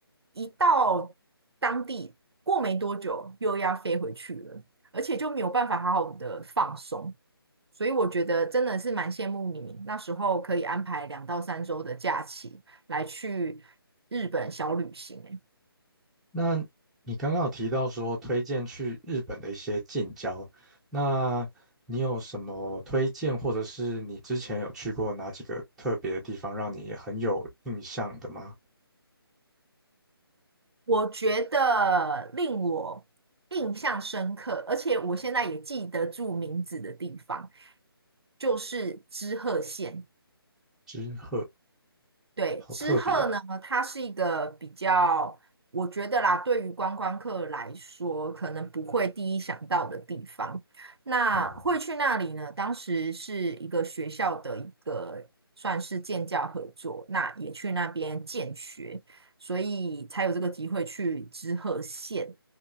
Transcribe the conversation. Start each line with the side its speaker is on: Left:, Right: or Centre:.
Right: 一到当地过没多久又要飞回去了，而且就没有办法好好的放松。所以我觉得真的是蛮羡慕你那时候可以安排两到三周的假期来去日本小旅行欸
Centre: 那你刚刚有提到说推荐去日本的一些近郊，那你有什么推荐，或者是你之前有去过哪几个特别的地方，让你很有印象的吗？
Right: 我觉得令我印象深刻，而且我现在也记得住名字的地方，就是知鹤县。
Centre: 知鹤，
Right: 对，
Centre: 好特别，
Right: 知鹤呢，它是一个比较，我觉得啦，对于观光客来说，可能不会第一想到的地方。那会去那里呢？
Centre: 嗯。
Right: 当时是一个学校的一个算是建教合作，那也去那边建学，所以才有这个机会去知鹤县。